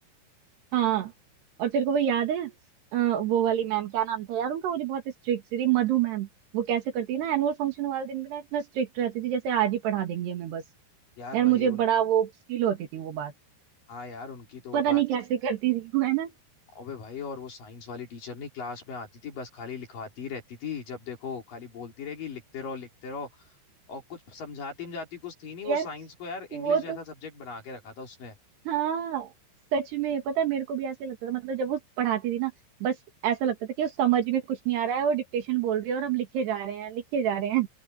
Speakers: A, on the right; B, on the left.
A: हाँ और तेरे को वो याद है अ, वो वाली मैम क्या नाम था यार उनका वो जो बहुत स्ट्रिक्ट थी मधु मैम वो कैसे करती है ना एनुअल फंक्शन वाले दिन भी ना इतना स्ट्रिक्ट रहती थी जैसे आज ही पढ़ा देंगी हमें बस
B: यार
A: यार मुझे
B: वही
A: बड़ा
B: उन
A: वो फील होती थी वो बात
B: हाँ यार उनकी तो वो
A: पता
B: बात
A: नहीं कैसे करती थी वो है ना
B: अबे भाई और वो साइंस वाली टीचर नहीं क्लास में आती थी बस खाली लिखवाती ही रहती थी जब देखो खाली बोलती रहेगी लिखते रहो लिखते रहो और कुछ समझाती समझाती कुछ थी नहीं
A: <laughs>
B: वो
A: यार
B: साइंस को यार इंग्लिश
A: वो
B: जैसा
A: तो
B: सब्जेक्ट बना के रखा था उसने
A: हाँ सच में पता है मेरे को भी ऐसे लगता था मतलब जब वो पढ़ाती थी ना बस ऐसा लगता था कि उस समझ में कुछ नहीं आ रहा है वो डिक्टेशन बोल रही है और हम लिखे जा रहे हैं लिखे जा रहे हैं